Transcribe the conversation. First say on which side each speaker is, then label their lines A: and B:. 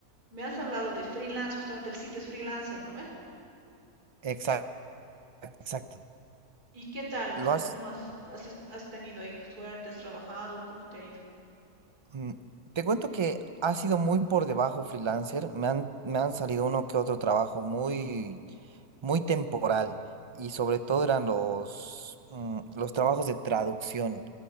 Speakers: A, on the right; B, on the right.
A: Me has hablado de freelance, justamente el sitio es freelancer, ¿no ve?
B: Exacto, exacto.
A: ¿Y qué tal? O
B: Lo
A: sea,
B: has.
A: ¿cómo has, has, has tenido ahí suerte? ¿Has trabajado? ¿Cómo te ha ido?
B: mm, Te cuento que ha sido muy por debajo freelancer. Me han, me han salido uno que otro trabajo muy, muy temporal. Y sobre todo eran los, mm, los trabajos de traducción.